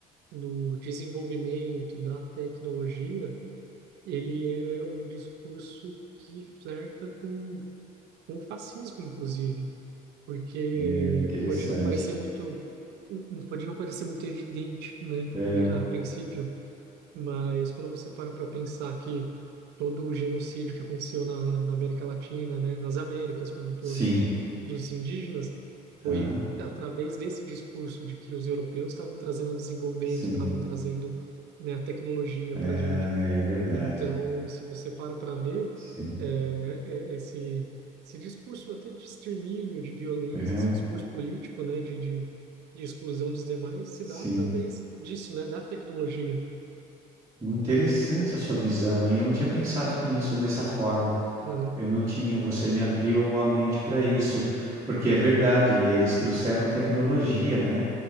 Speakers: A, on the right (about 80°); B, on the right (about 20°).
A: do desenvolvimento da tecnologia, ele é um discurso que flerta com, com o fascismo, inclusive porque
B: Interessante.
A: pode não parecer muito pode não parecer muito evidente, né,
B: É,
A: de, a princípio, mas quando você para para pensar que todo o genocídio que aconteceu na, na América Latina, né, nas Américas como um todo,
B: sim,
A: dos indígenas,
B: tá.
A: foi através desse discurso de que os europeus estavam trazendo desenvolvimento,
B: Sim.
A: estavam trazendo, né, a tecnologia
B: É,
A: para a gente.
B: é verdade.
A: Então, se você para para ver
B: Sim.
A: é, é, esse, esse discurso até de extermínio, de violência,
B: Uhum,
A: esse discurso político, né, de, de, de exclusão dos demais, se
B: Sim.
A: dá através disso, né, da tecnologia.
B: Interessante a sua visão, hein? Eu não tinha pensado nisso dessa forma.
A: Uhum,
B: Eu não tinha. Você me abriu a mente para isso, porque é verdade. Eles trouxeram tecnologia, né?